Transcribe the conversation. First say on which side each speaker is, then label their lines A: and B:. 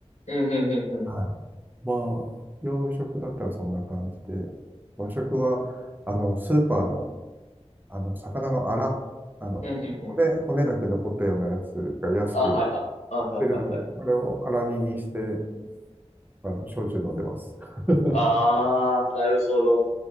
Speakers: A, on the left; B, on the right.
A: うん、うん、うん。
B: はい。まあ、洋食だったらそんな感じで、和食は、あの、スーパーの、あの、魚のアラ、あの、
A: うん、
B: 骨、
A: うん、うん。
B: 骨だけ残ったようなやつが安く
A: あ、はい、あ、あ、
B: 売ってるのを、
A: はい、はい、はい。
B: あれをアラ煮にして、あの、焼酎飲んでます。<laughs>
A: ああ、なるほど。